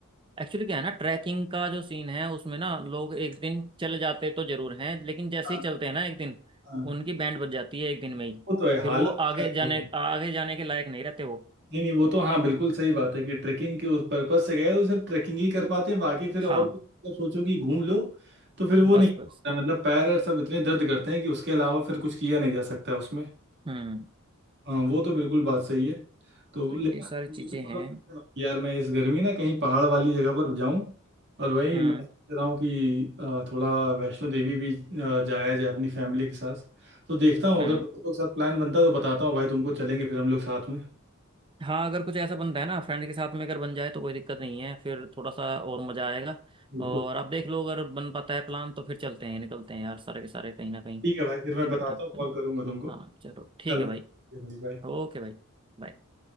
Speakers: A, on the right; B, on the right.
A: एक्चुअली क्या है ना ट्रैकिंग का जो सीन है उसमें ना लोग एक दिन चले जाते तो जरूर हैं लेकिन जैसे
B: हाँ
A: ही चलते हैं ना एक दिन
B: हाँ,
A: उनकी बैंड बज जाती है एक दिन में ही
B: वो तो है
A: फिर
B: हालत
A: वो आगे
B: खराब
A: जाने
B: हो
A: आगे जाने के लायक नहीं रहते वो
B: नहीं नहीं वो तो हाँ बिल्कुल सही बात है कि ट्रैकिंग के उस पर्पज से गए तो सिर्फ ट्रैकिंग ही कर पाते हैं बाकी फिर
A: हाँ
B: और कुछ मतलब सोचो कि घूम लो तो फिर वो
A: बस
B: नहीं
A: बस
B: होता है। मतलब पैर और सब इतने दर्द करते हैं कि उसके अलावा फिर कुछ किया नहीं जा सकता है उसमें
A: हम्म
B: हाँ वो तो बिल्कुल बात सही है तो
A: तो
B: लेकिन
A: ये
B: हाँ,
A: सारी
B: मेरे
A: चीजें
B: को
A: हैं
B: थोड़ा यार मैं इस गर्मी ना कहीं पहाड़ वाली जगह पर जाऊं और वही
A: हम्म
B: मैं सोच रहा हूँ कि अ, थोड़ा वैष्णो देवी भी अ, जाया जाए अपनी फैमिली के साथ तो देखता हूँ
A: हम्म
B: अगर दोस्तों के साथ प्लान बनता है तो बताता हूँ भाई तुमको चलेंगे फिर हम लोग साथ में
A: हाँ अगर कुछ ऐसा बनता है ना फ्रेंड के साथ में अगर बन जाए तो कोई दिक्कत नहीं है फिर थोड़ा सा और मजा आएगा
B: बिल्कुल
A: और आप देख लो अगर बन पाता है प्लान तो फिर चलते हैं निकलते हैं यार सारे के सारे कहीं ना कहीं
B: ठीक है भाई फिर मैं
A: इकट्ठा
B: बताता हूँ कॉल
A: है ना
B: करूंगा तुमको
A: हाँ चलो ठीक
B: चलो
A: है
B: ठीक
A: भाई
B: है भाई बाय
A: ओके भाई bye।